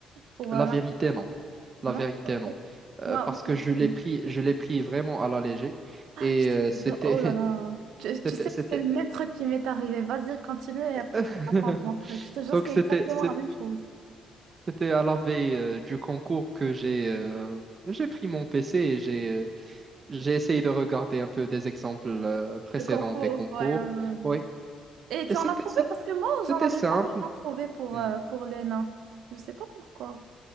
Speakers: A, on the right (about 80°); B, on the right (about 40°).
A: Pour
B: La
A: euh, l'intégration?
B: vérité, non. La
A: Non?
B: vérité,
A: Ok.
B: non. Euh,
A: Wow,
B: parce
A: ok,
B: que je
A: cool.
B: l'ai pris, je l'ai pris vraiment à la légère. Et
A: Je te
B: euh, c'était,
A: jure, Oh
B: <laughs>
A: là là. Tu, tu
B: c'était,
A: sais
B: c'était.
A: que c'est le même truc qui m'est arrivé. Vas-y, continue et
B: <laughs>
A: après je te raconte mon truc. Je te jure,
B: Donc,
A: c'est
B: c'était,
A: exactement
B: c'est-
A: la même chose.
B: c'était à la veille euh, du concours que j'ai euh, j'ai pris mon PC et j'ai euh, j'ai essayé de regarder un peu des exemples euh, précédents
A: Le concours,
B: des concours.
A: ouais, ouais, ouais,
B: Oui.
A: ouais. Et tu
B: Et c'était,
A: en as trouvé
B: c'était,
A: parce que moi,
B: c'était
A: j'en avais
B: simple.
A: pas vraiment trouvé pour,
B: Hmm.
A: euh, pour l'ENA. Je sais pas pourquoi.